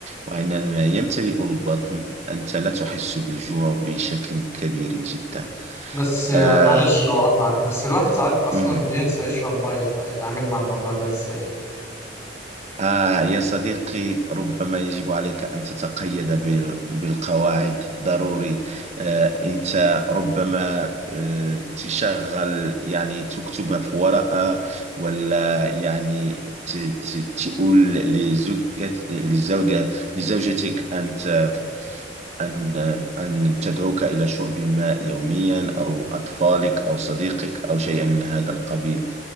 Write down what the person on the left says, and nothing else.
بس
آه، معلش لو قطعك بس الواحد ساعات اصلا
بينسى يشرب ميه فيتعامل مع الموضوع ده ازاي